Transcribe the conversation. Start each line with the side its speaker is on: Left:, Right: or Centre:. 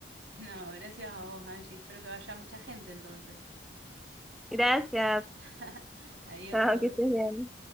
Right: No, gracias a vos, Angie. Espero que vaya mucha gente entonces.
Centre: Gracias,
Right: <laughs> Adiós.
Centre: <laughs> chao, que estés bien.